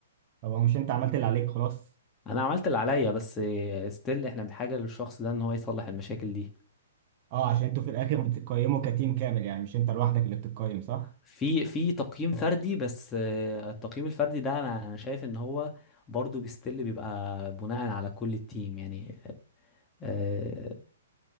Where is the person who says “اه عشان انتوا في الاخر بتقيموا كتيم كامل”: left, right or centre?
Right